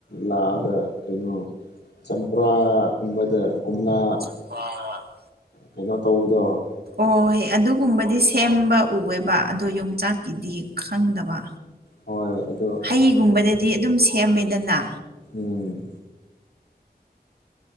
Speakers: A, on the left; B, on the right.
A: ꯂꯥꯑꯒ ꯀꯩꯅꯣ ꯆꯝꯄ꯭ꯔꯥꯒꯨꯝꯕꯗ ꯀꯣꯝꯂꯥ
B: ꯑ
A: ꯀꯩꯅꯣ ꯇꯧꯕꯗꯣ
B: ꯑꯣꯣꯏ ꯑꯗꯨꯒꯨꯝꯕꯗꯤ ꯁꯦꯝꯕ ꯎꯑꯦꯕ ꯑꯗꯣ ꯌꯣꯡꯆꯥꯛꯀꯤꯗꯤ ꯈꯪꯗꯕ
A: ꯍ‌ꯣꯏ ꯑꯗꯨ
B: ꯍꯩꯒꯨꯝꯕꯗꯗꯤ ꯑꯗꯨꯝ ꯁꯦꯝꯃꯦꯗꯅ
A: ꯎꯝ